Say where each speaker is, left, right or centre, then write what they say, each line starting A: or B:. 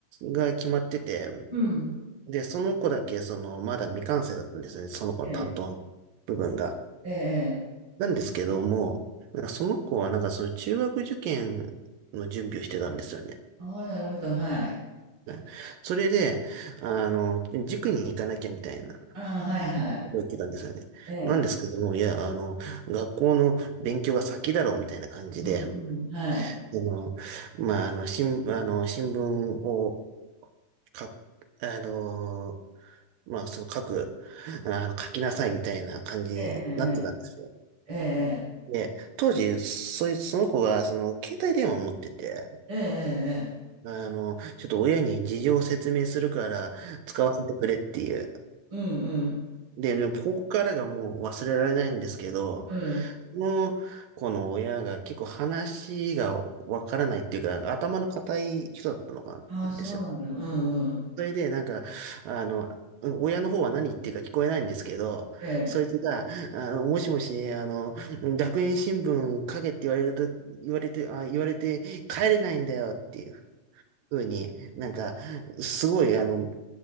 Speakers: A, on the right; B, on the right.
A: が決まってて、
B: うん、
A: で、その子だけその、まだ未完成だったんですよね、その子の担当の部分が。
B: ええ、ええ、ええ
A: なんですけども、なんかその子はなんかその中学受験の準備をしてたんですよね。
B: ああ、なるほど、はい。
A: ねそれで、あの、塾に行かなきゃみたいなこ
B: ああ、はいはい。
A: とを言ってたんですよね。
B: ええ、
A: なんですけども、いや、あの、学校の勉強が先だろうみたいな感じで、
B: うん、
A: あ
B: うん、はい。
A: の、まあ、あの、新、あの、新聞を書あの、まあ、その書く、あの、書きなさいみたいな感じになってたんですよ。
B: ええ、ええ、ええ、
A: で、当時、そい、その子が、その、携帯電話を持ってて、
B: ええ、ええ、ええ
A: あの、ちょっと親に事情を説明するから使わせてくれっていう。
B: うん、うん、
A: で、でもここからがもう忘れられないんですけど、
B: うん。
A: その子の親が結構話がわからないっていうか、頭の固い人だったのかんですよ。
B: ああ、そうなんだ、うん、うん。
A: それで、なんか、あの、親の方は何言ってるか聞こえないんですけど、
B: ええ、
A: そいつが、あの、もしもし、あの、学園新聞書けって言われると、言われて、あ、言われて帰れないんだよっていう。ふうに、なんか、すごい、あの、